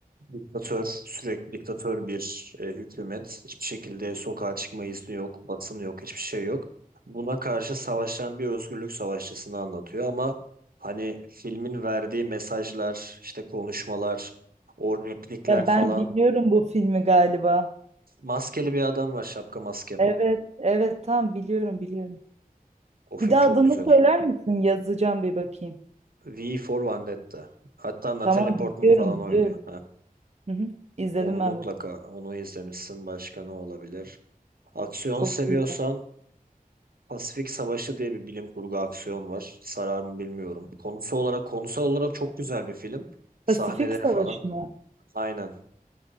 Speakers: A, on the right; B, on the right.
A: diktatör, sürekli diktatör bir e, hükümet. Hiçbir şekilde sokağa çıkma izni yok, basın yok, hiçbir şey yok. Buna karşı savaşan bir özgürlük savaşçısını anlatıyor ama hani filmin verdiği mesajlar, işte konuşmalar, o replikler
B: Ya
A: falan.
B: ben biliyorum bu filmi galiba.
A: Maskeli bir adam var, şapka maske.
B: Evet, evet tamam biliyorum biliyorum.
A: O film
B: Bir daha
A: çok
B: adını
A: güzel.
B: söyler misin? Yazacağım bir bakayım.
A: V for Vendetta. Hatta Natalie
B: Tamam
A: Portman
B: biliyorum
A: falan oynuyor.
B: biliyorum.
A: Ha.
B: Hı hı. İzledim
A: Onu mutlaka
B: ben bu. filmi.
A: onu izlemişsin. Başka ne olabilir? Aksiyon
B: Çok
A: seviyorsan
B: güzel.
A: Pasifik Savaşı diye bir bilim kurgu aksiyon var. Sarar mı bilmiyorum. Konusu olarak konusal olarak çok güzel bir film. Sahneleri
B: Pasifik Savaşı
A: falan.
B: mı?
A: Aynen.